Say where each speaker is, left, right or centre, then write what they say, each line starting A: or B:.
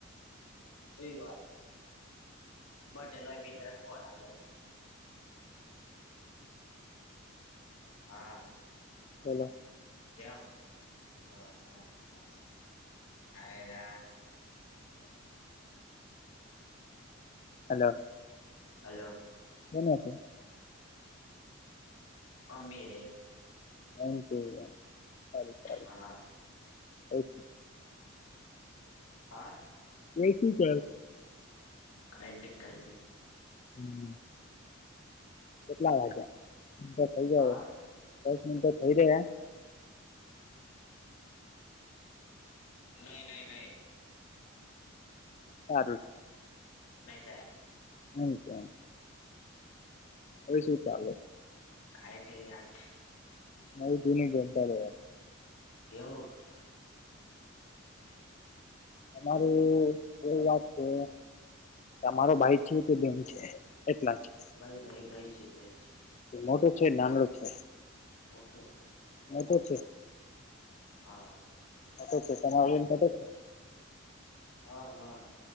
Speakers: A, on the left (about 85°); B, on the left (about 35°).
A: સુય વા બટેલોય મિત્રણ ફલલોય હા
B: હલો
A: એમ હ હા હા હ
B: હલો
A: હલો
B: કોના છે
A: અમીરે
B: હ ખ
A: હા
B: ઓ શ
A: હ
B: એ શું ક
A: કઈ નહી કઈ ન
B: હમ કેટલા વાગે મો થઈ જાય
A: હા
B: દસ મિનટો થઈ જાય
A: નહી નહી નહી
B: સારું
A: નહી ત
B: હમકે હવે શું ચાલે
A: કઈ નહી આજ
B: નવ દૂનિ ગપ આવે
A: એવ
B: અરું એવું વાત છે તમારો ભાઈ છે તે બેન છે એટલા છે
A: ભાઈ ભાઈ ભાઈ છે ભાઈ છે
B: મોટું છે નાનડું છે
A: મોટો
B: મોટું છે
A: હા
B: મોટ જ છે તમાર મો છે
A: હા હા